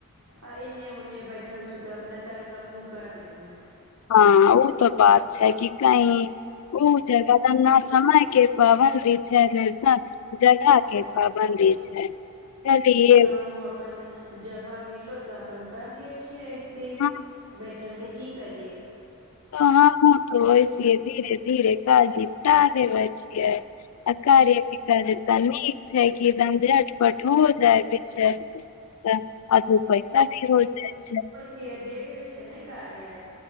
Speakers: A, on the right; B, on the left.
A: आ एन्ने ओने बैठल-सुतल अपना क कखनो कर लेहु।
B: हाॅं उ तऽ बात छै कि कही उ जगह न समय के पाबंदी छै न सम जगह के पाबन्दी छै। ए लिए
A: कहुँ अपन जगह मिललो तऽ अपन कर लै छियै ऐसे
B: हाँ,
A: बैठ ठल के की करियै।
B: <unintelligible> त वैसिये धीरे-धीरे काज निपटा लेबै छिये। आ कार्या <unintelligible> तऽ नीक छै कि एकदम झट-पट हो जाएत छै। त आ दू पैसा भी होय जाइ छै।
A: किया दे देवे छै ने कार्या ऐप।